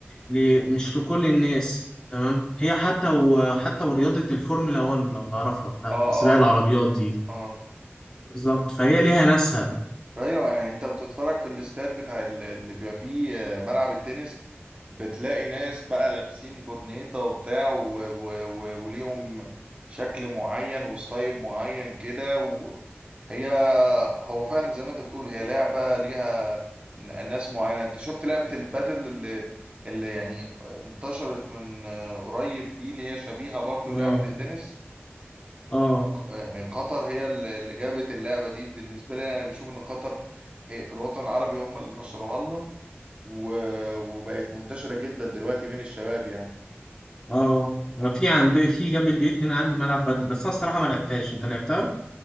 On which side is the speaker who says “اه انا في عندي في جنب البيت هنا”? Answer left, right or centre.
Left